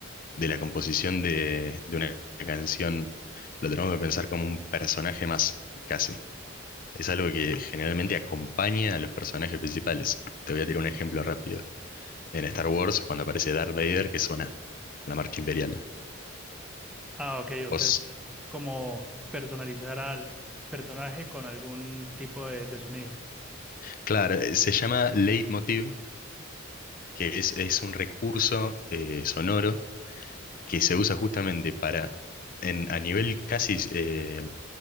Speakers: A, on the left (about 40°); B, in the centre.
A: de la composición de, de una canción, lo tenemos que pensar como un personaje más, casi. Es algo que generalmente acompaña a los personajes principales. Te voy a tirar un ejemplo rápido. En Star Wars, cuando aparece Darth Vader, que suena la marcha imperial.
B: Ah, ok, o
A: ¿Vos
B: sea, es como personalizar al personaje con algún tipo de, de sonido.
A: Claro, eh, se llama leitmotiv, que es, es un recurso eh, sonoro que se usa justamente para, en, a nivel casi eh,